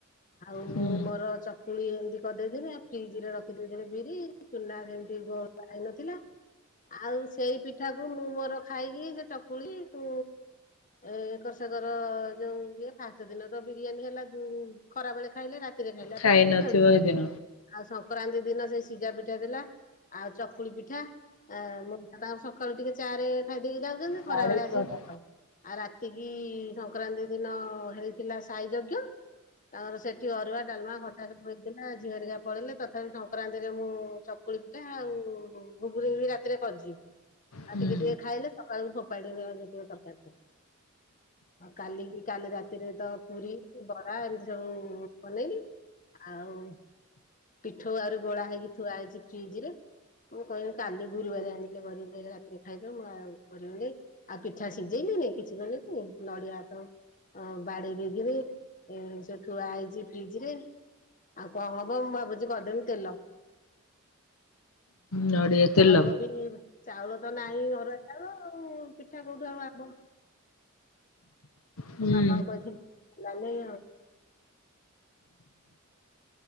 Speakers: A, on the left; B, on the left.
A: ଆଉ ମୁଁ
B: ହୁଁ।
A: ମୋର ଚ କୁଳି ଏମିତି କରିଦେଇଦେଇଥିନି ଆଉ ଫ୍ରିଜ ରେ ରଖିଦେଇଦେଇଥିନି ବିରି ଚୁନା ଯେମିତି ଗୋଳା ହେଇନଥିଲା। ପି ଆଉ ସେଇ ପିଠା କୁ ମୁଁ ମୋର ଖାଇକି ସେ ଚକୁଳି କୁ ଏକର ସେକର ଯୋଉ ଇଏ ଫାଷ୍ଟ ଦିନ ତ ବିରିୟାନୀ ହେଲା ଉଁ ଖରାବେଳେ ଖାଇଲେ ରାତିରେ ଖାଇଲେ
B: ଖାଇ
A: ଆଉ ଆଉ
B: ନଥିବ ହେଦିନ
A: ସଂକ୍ରାନ୍ତି ଦିନ ସେଇ ସିଝା ପିଠା ଥିଲା। ଆଉ ଚକୁଳି ପିଠା ଏ ମୋଉସା ତାଙ୍କର ସକାଳୁ ଟିକେ ଚାରେ ଖାଇଦେଇକି ଯାଉ ନ୍ତି
B: ସାଢେ
A: ଖରାବେଳେ
B: ଛଅଟା
A: ଆସିକି <inaudible> ଆଉ ରାତିକି ସଂକ୍ରାନ୍ତି ଦିନ ହେଇଥିଲା ସାଇ ଯଜ୍ଞ। ତାଙ୍କର ସେଠି ଅରୁଆ, ଡାଲମା, ଖଟ ସେଇଟା ଝିଅହରିକା ପଳେଇଲେ ତଥାପି ସଂକ୍ରାନ୍ତିରେ ମୁଁ ଚକୁଳି ପିଠା ଆଉ ଘୁଗୁନିକୁ ବି ରାତିରେ କରିଚି ‌। ଆଉ
B: ହୁଁ
A: ଟିକେ ଟିକେ ଖାଇଲେ ସକାଳୁ ଫୋପାଡିନି ଆଉ ଯେତିକ ତରକାରି ଥିଲା। ଆଉ କାଲିକି କାଲି ରାତିରେ ତ ପୁରୀ, ବରା ଏମିତି ସବୁ ବନେଇଲି। ଆଉ ପିଠୋଉ ଆହୁରି ଗୋଳା ହେଇକି ଥୁଆ ହେଇଛି ଫ୍ରିଜ ରେ। ମୁଁ କହିଲି କାଲି ଗୁରୁବାର ଆଣିଲେ କରିକି ରାତିରେ ଖାଇଦବୁ ମୁଁ ଆଉ କରିବିନେଇ। ଆଉ ପିଠା ସିଖଜଇଲି କିଛି କଲିନି ନଡିଆ ତ ଅ ବାଡି ବାଡେଇ ଦେଇଥିବି ଏଁ ସେ ଥୁଆ ହେଇଚି ଫ୍ରିଜ ରେ। ଆଉ କଣ ହବ ମୁଁ ଭା ଯାଉଚି କରିଦେବି ତେଲ।
B: ନଡିଆ ତେଲ
A: ଚାଉଳ ବି ଚାଉଳ ତ ନାହିଁ ଅରୁଆ ଚାଉଳ ଆଉ ପିଠା କୋଉଠୁ ହବ ଆଉ ଆମ୍ବ
B: ହୁଁ।
A: ତୋ ମାମାକୁ କହିଥିଲି ଲାନି ଆଉ।